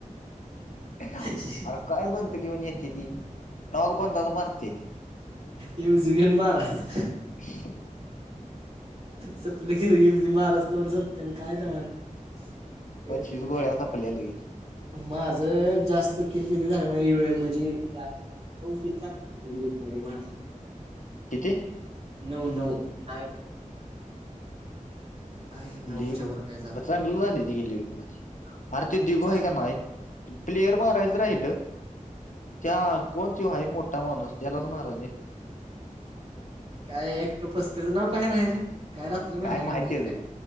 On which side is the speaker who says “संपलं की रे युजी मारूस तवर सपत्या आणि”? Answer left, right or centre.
Right